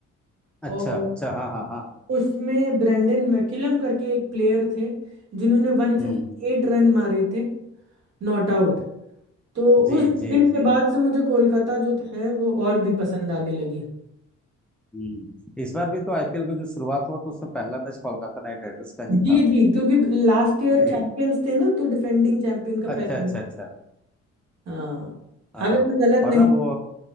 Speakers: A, in the centre; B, on the right.
A: अच्छा
B: और
A: अच्छा हाँ हाँ हाँ हाँ,
B: उसमें ब्रेंडन मैकुलम करके एक प्लेयर थे जिन्होंने 158
A: हम्म
B: रन मारे थे नॉट आउट तो
A: जी
B: उस
A: जी
B: दिन के
A: जी
B: बाद से मुझे कोलकाता जो है वो और भी पसंद आने लगी
A: हम्म इस बार भी तो आईपीएल की जो शुरुआत हुआ तो उसमें पहला मैच कोलकाता नाइट राइडर्स का ही था
B: जी जी क्योंकि लास्ट ईयर
A: ए,
B: चैंपियंस थे ना तो डिफेंडिंग चैंपियन का पहला
A: अच्छा अच्छा
B: मैच
A: अच्छा
B: था। हाँ
A: हाँ
B: अगर मैं गलत
A: और
B: नहीं
A: ना वो